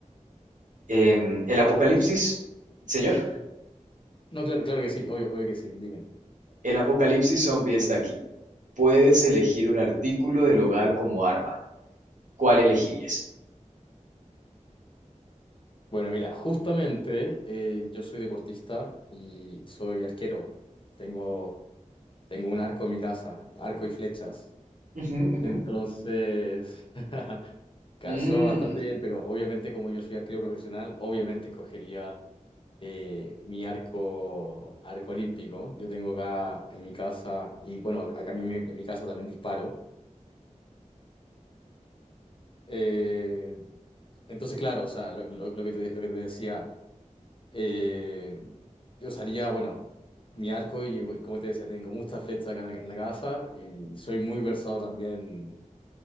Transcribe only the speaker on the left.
Obvio que sí.
No, claro, claro que sí, obvio, obvio que sí, dime.
Bueno, mira, justamente eh, yo soy deportista y soy arquero. Tengo, tengo un arco en mi casa, arco y flechas.
Entonces, <laughs> calzó
bastante bien, pero obviamente como yo soy arquero profesional, obviamente escogería eh, mi arco, arco olímpico. Yo tengo acá en mi casa, y bueno, acá en mi, en mi casa también disparo. Eh, entonces, claro, o sea, lo, lo- lo que te, lo que te decía. Eh, usaría, bueno, mi arco y, como te decía, tengo muchas flechas acá en la gafa y soy muy versado también